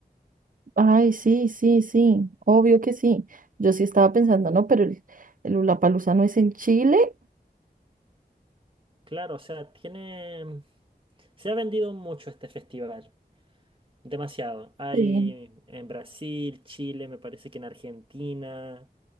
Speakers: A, on the right; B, on the right.
A: Ay, sí, sí, sí, obvio que sí. Yo sí estaba pensando, no, pero el, el Lollapalooza no es en Chile.
B: Claro, o sea, tiene... Se ha vendido mucho este festival. Demasiado. Hay
A: <laughs> Sí.
B: en Brasil, Chile, me parece que en Argentina,